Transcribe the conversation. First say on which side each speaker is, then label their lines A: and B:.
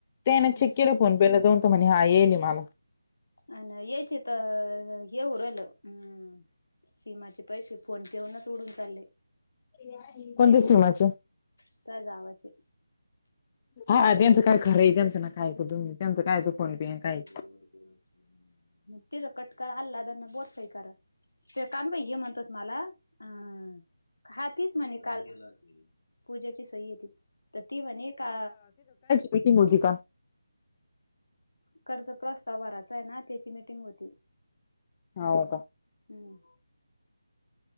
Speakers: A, on the left (about 25°); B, on the left (about 75°).
A: त्या
B: हम्म
A: चेक के फोन पे ला जाऊन तो म्हणे हा येईल मला
B: अ ना येची तर हे उरल हम् सीमाचे पैसे फोन पे वरुनच उडून चालले
A: कोणत्या बंदच ठेवायचे
B: आता जावाचे
A: हा त्यांचं का खरंय त्यांचं नका ऐकू तुम्ही त्यांचं काय त्याचं फोन काय ऐकू पे
B: <inaudible>
A: काय
B: ते कानुबाई हे म्हणतात मला अं हा तीच म्हणे काल पूजाची सई आहे ती त ती म्हणे का
A: मीटिंग होती का
B: कर्ज प्रस्ताव भरायचा आहे ना त्याची मीटिंग होती.
A: हाव का
B: हम्म